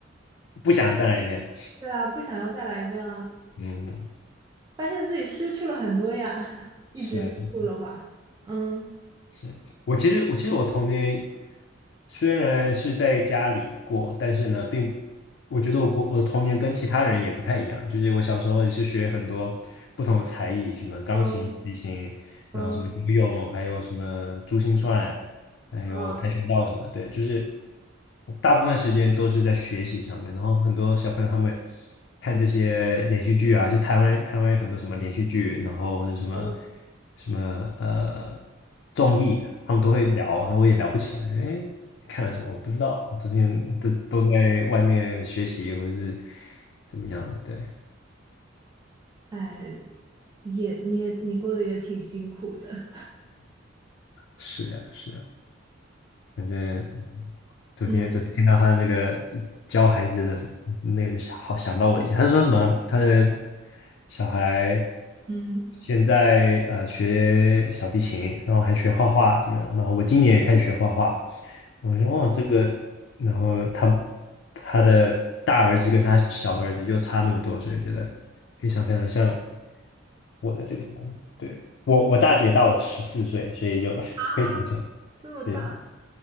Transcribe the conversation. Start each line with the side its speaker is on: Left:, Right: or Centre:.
Left: 不想再来一遍，
Right: 对啊，不想要再来一遍啊，
Left: 嗯。
Right: 发现自己失去了很多呀，<laughs> 一直接的话，
Left: 是是
Right: 嗯
Left: 是，我其实我其实我童年虽然是在家里过，但是呢，并我觉得我过我的童年跟其他人也不太一样，就是我小时候也是学很多不同的才艺，什么钢琴、
Right: 嗯
Left: 小提琴，然后什么游泳，
Right: 嗯
Left: 还有什么珠心算，还有跆拳道什么的对，
Right: 啊
Left: 就是大部分时间都是在学习上面。然后很多小朋友他们看这些连续剧啊，就台湾台湾有很多什么连续剧，然后或者什么
Right: 嗯
Left: 什么呃综艺，他们都会聊，那我也聊不起来，说哎你看了什么？我不知道，昨天都都在外面学习或者是怎么样的，对，
Right: 哎，也你也你过得也挺辛苦的，
Left: 是啊，是啊。反正昨天昨天听到他那个教孩子的那个，
Right: 嗯
Left: 好想到我一下。他说什么？他的小孩
Right: 嗯，
Left: 现在呃学小提琴，然后还学画画，怎么样？然后我今年也开始学画画。我说哇，这个，然后他他的大儿子跟他小儿子就差那么多，所以我觉得非常非常像我的这个小孩。对，我我大姐大我十四岁，所以就 <laughs>
Right: 啊，
Left: 非常像。
Right: 这么大，
Left: 对，